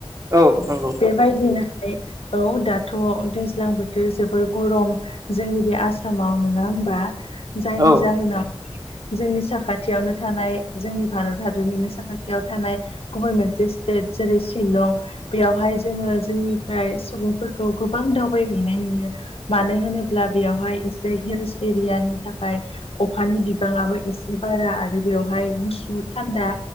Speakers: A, on the right; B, on the left.
A: औ नंगौ
B: बेबायदिनोहाय औ दाथ' दैज्लां बोथोर जोबोर गरम जोंनि बे आसामाव नङा होमबा जायनि
A: औ
B: जाहोनाव जोंनि साखाथियावनो थानाय जोंनि भारत हादरनिनो साखाथियाव थानाय गुबै मोनसे स्टेट जेरै शिलं बेयावहाय जोङो जोंनिफ्राय सुबुंफोरखौ गोबां दावबायहैनाय नुयो मानो होनोब्ला ब्ला बेयावहाय एसे हिल्स एरियानि थाखाय अखानि बिबाङाबो एसे बारा आरो बेवहाय गुसु थान्दा